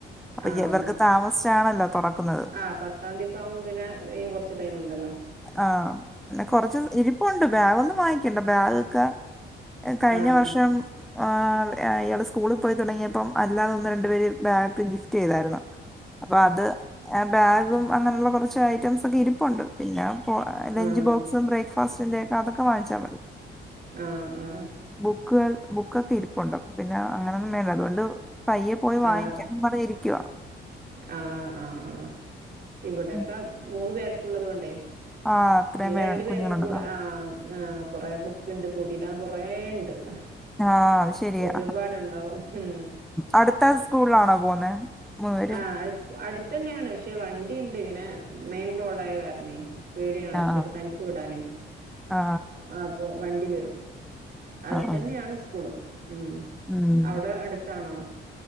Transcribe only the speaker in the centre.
അപ്പൊ
ഇവർക്ക് താമസിച്ചാണല്ലോ തുറക്കുന്നത്.
ആഹ് കൊറച്ച് ഇരിപ്പുണ്ട്. ബാഗ് ഒന്നും വാങ്ങിക്കണ്ട. ബാഗ് ക്കെ ഏഹ് കഴിഞ്ഞ
വർഷം. ആഹ് ഇയാള് സ്കൂളിൽ പോയി തുടങ്ങിയപ്പം അല്ലാതെ ഒന്ന് രണ്ടു പേര് ബാഗ് ഗിഫ്റ്റയ്തായിരുന്നു. അപ്പൊ അത് ആഹ് ബാഗും അങ്ങനള്ള കൊറച്ച് ഐറ്റംസ് ഒക്കെ ഇരിപ്പുണ്ട്. പിന്നെ പ്പൊ ലഞ്ച്
ബോക്സും ബ്രേക്ക്ഫാസ്റ്റിന്റെക്കെ അതൊക്കെ വാങ്ങിച്ചാ മതി.
ബുക്കുകൾ ബുക്കൊക്കെ ഇരിപ്പുണ്ട്. പിന്നെ അങ്ങനെയൊന്നും വേണ്ട. അതുകൊണ്ട് പയ്യെ പോയി വാങ്ങിക്കണം
പറഞ്ഞിയിരിക്കുവ.
ഉം.
ആ അത്രയും
വേണം
കുഞ്ഞുങ്ങളുണ്ടല്ലോ
ആഹ് അഹ് ശരിയാ.
അടുത്ത സ്കൂൾലാണോ പോന്നെ. മൂന്നെരും.
ആ
ആ
ആ ആ.
ഉം